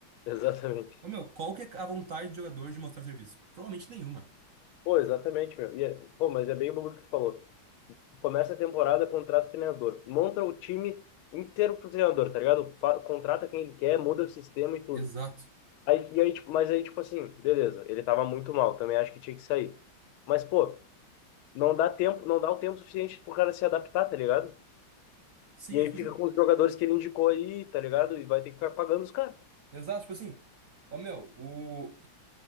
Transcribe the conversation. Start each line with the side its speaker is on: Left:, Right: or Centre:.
Left: <laughs> exatamente.
Right: Ô meu, qual que é a vontade do jogador de mostrar serviço? Provavelmente nenhuma.
Left: Pô, exatamente, meu. E é- pô, mas é bem o bagulho que tu falou. Começa a temporada, contrata o treinador. Monta o time inteiro pro treinador, tá ligado? Fa- contrata quem ele quer, muda o sistema e tudo.
Right: Exato.
Left: Aí, e aí, tipo, mas aí, tipo assim, beleza, ele tava muito mal, também acho que tinha que sair. Mas, pô, não dá tempo, não dá o tempo suficiente pro cara se adaptar, tá ligado?
Right: Sim,
Left: E
Right: eu,
Left: aí
Right: tipo
Left: fica
Right: assim,
Left: com os jogadores que ele indicou aí, tá ligado? E vai ter que ficar pagando os caras.
Right: exato, tipo assim, Ô meu, o,